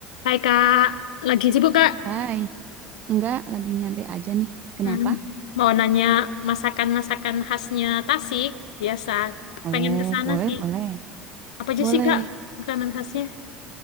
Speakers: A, on the left (about 70°); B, on the right (about 40°).
A: Hai Kak, lagi sibuk Kak?
B: Hai, enggak lagi nyantai aja nih. Kenapa?
A: Hmm, mau nanya masakan-masakan khasnya Tasik, biasa.
B: Oh,
A: Pengen ke sana
B: boleh,
A: sih.
B: boleh.
A: Apa aja
B: Boleh.
A: sih Kak, makanan khasnya?